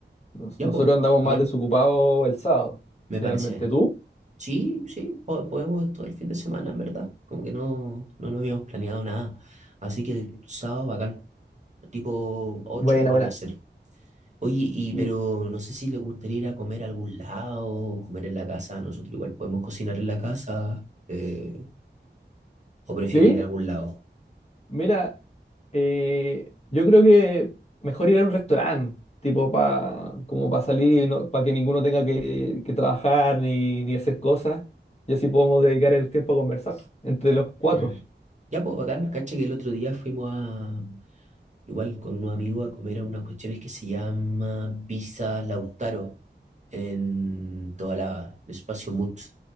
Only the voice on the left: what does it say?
nos-
nosotros
andamos
más desocupados el sábado,
generalmente
tú.
Buena,
buena.
Y,
¿sí?
Mira, eh, yo creo que mejor ir a un restaurante, tipo pa, como para salir y no, para que ninguno tenga que, que trabajar ni, ni hacer cosas. Y así podemos dedicar el tiempo a conversar entre los cuatro.